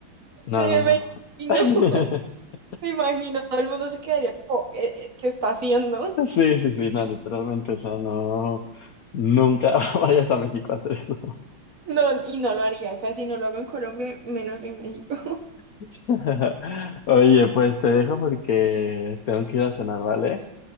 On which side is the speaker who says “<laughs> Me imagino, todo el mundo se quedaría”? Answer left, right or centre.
Right